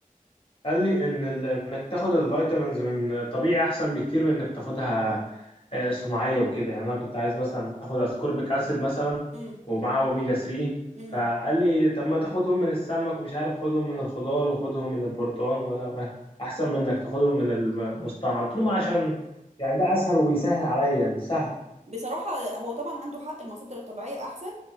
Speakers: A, on the left; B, on the right.
A: قال لي ان ال- انك تاخد الفيتامينز من طبيعي احسن بكتير من انك تاخدها آه، صناعيه وكده يعني انا كنت عايز مثلا اخد اسكوربيك اسيد مثلا
B: امم
A: ومعاه اوميجا 3
B: امم.
A: فقال لي طب ما تاخدهم من السمك ومش عارف خدهم من الخضار وخدهم من البرتقال واحسن من انك تاخدهم من المصطنع قلت له ما عشان يعني ده اسهل وبيسهل عليا مش سهل
B: بصراحة هو طبعا عنده حق المصادر الطبيعية أحسن